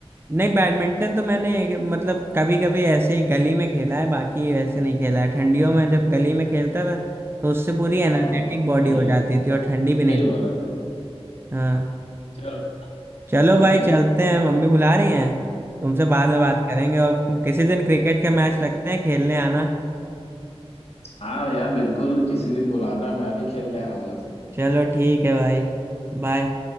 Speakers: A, on the right (about 20°); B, on the left (about 75°).
A: नहीं बैडमिंटन तो मैंने एक- मतलब कभी कभी ऐसे ही गली में खेला है बाकी वैसे नहीं खेला है ठंडियों में जब गली में खेलता था तो उससे पूरी एनर्जेटिक
B: हाँ सही
A: बॉडी
B: है
A: हो जाती थी और ठंडी
B: सही
A: भी नहीं
B: बोला भाई
A: हाँ
B: चलो
A: चलो
B: ठीक
A: भाई
B: है
A: चलते हैं मम्मी बुला रही हैं तुमसे बाद में बात करेंगे और किसी दिन क्रिकेट का मैच रखते हैं खेलने आना
B: हाँ यार बिल्कुल किसी दिन बुलाना मैं भी खेलने आऊंगा फिर
A: चलो ठीक है भाई बाय